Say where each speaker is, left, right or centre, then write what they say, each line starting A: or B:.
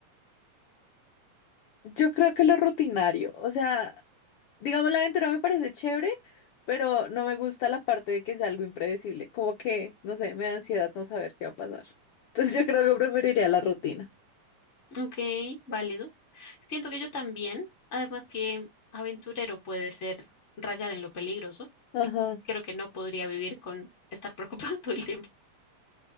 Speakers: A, on the left; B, on the left.
A: yo creo que lo rutinario, o sea, digamos la aventura me parece chévere, pero no me gusta la parte de que sea algo impredecible, como que, no sé, me da ansiedad no saber qué va a pasar. Entonces yo creo que preferiría la rutina.
B: Ok, válido. Siento que yo también, además que aventurero puede ser rayar en lo peligroso.
A: Ajá.
B: Y creo que no podría vivir con estar preocupado <laughs> todo el tiempo.